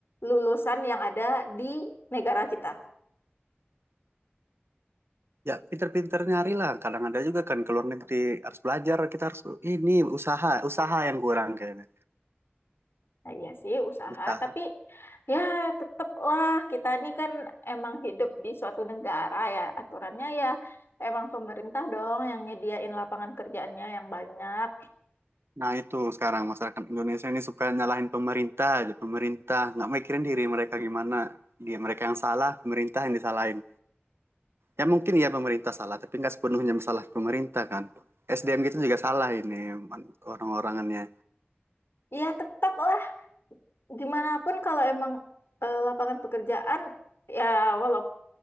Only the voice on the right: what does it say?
ya pinter-pinter nyari lah kadang ada juga kan ke luar negeri harus belajar kita harus ini usaha usaha yang kurang kayaknya
usaha.
Nah itu sekarang masyarakat Indonesia ini suka nyalahin pemerintah aja, pemerintah nggak mikirin diri mereka gimana, dia mereka yang salah, pemerintah yang disalahin. Ya mungkin ya pemerintah salah, tapi nggak sepenuhnya masalah pemerintah kan. SDM kita juga salah ini orang-orangannya.